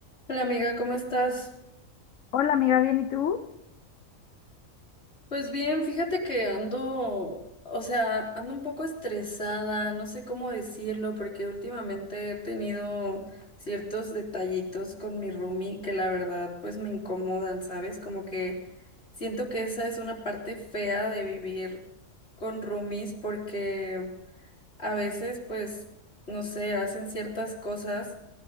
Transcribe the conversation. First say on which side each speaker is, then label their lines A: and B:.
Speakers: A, on the left; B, on the left.
A: Hola amiga, ¿cómo estás?
B: Hola amiga, ¿bien y tú?
A: Pues bien, fíjate que ando, o sea, ando un poco estresada, no sé cómo decirlo, porque últimamente he tenido ciertos detallitos con mi roomie que la verdad pues me incomodan, ¿sabes? Como que siento que esa es una parte fea de vivir con roomies porque a veces pues, no sé, hacen ciertas cosas